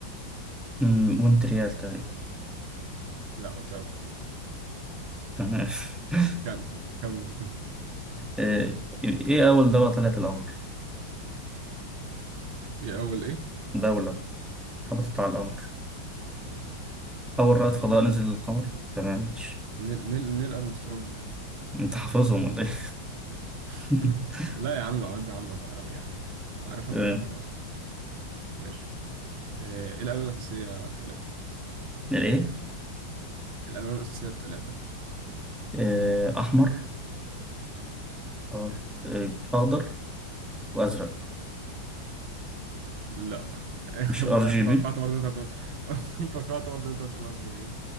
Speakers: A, in the centre; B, on the right.
A: مم، مونتريال تقريبا
B: لا اوتاوا <laughs>
A: تمام <laughs>
B: كم كم
A: آه، إيه أول دولة طلعت القمر؟
B: ايه اول ايه
A: دولة هبطت على القمر أول رائد
B: آه
A: فضاء
B: امريكا
A: نزل للقمر تمام ماشي
B: نيل نيل, نيل ارمسترونج
A: أنت حافظهم ولا إيه؟
B: <laughs>
A: <laughs>
B: لا يا عم العواد دي عامة قوي يا عم عارفها
A: تمام
B: من قبل كده اصلا ماشي آه، ايه الالوان الاساسية الثلاثة
A: الإيه؟
B: الالوان الاساسية الثلاثة
A: آه، أحمر أر... آه، أخضر وأزرق
B: لا <laughs>
A: مش
B: ما
A: ار
B: انا
A: جي
B: كنت
A: بي
B: توقعت برضه انت هتقول <laughs> كنت توقعت برضه انت هتقول ار جي بي